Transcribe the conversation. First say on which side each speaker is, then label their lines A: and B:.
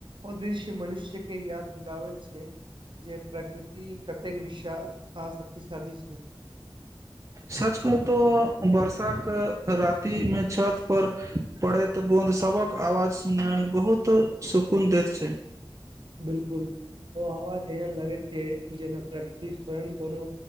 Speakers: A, on the right (about 60°); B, on the right (about 35°).
A: ओ दृश्य मनुष्य के याद दिलाबैत छै, जे प्रकृति कतेक विशाल आ शक्तिशाली छै।
B: सच कहुँ तो वर्षाक राति मे छत पर पड़ैत बूंद सबक आवाज सुनाय बहुत सुकून दैत छै।
A: बिलकुल, ओ आवाज एहेन लगैत छै जेना प्रकृति स्वयं कोनो